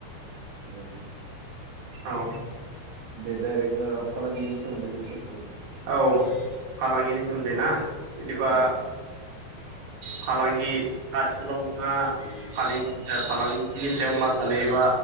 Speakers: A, on the right; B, on the right.
A: <unintelligible>
B: औ।
A: दे डाइरेक्ट ओ फालांगिनि सोमोन्दै कुइसन खालाम
B: औ फालांगिनि सोमोन्दै ना बिदिबा
A: औ
B: फालांगि आथिखालाव नोंथांआ फालांगिनि सायाव मा सानो एबा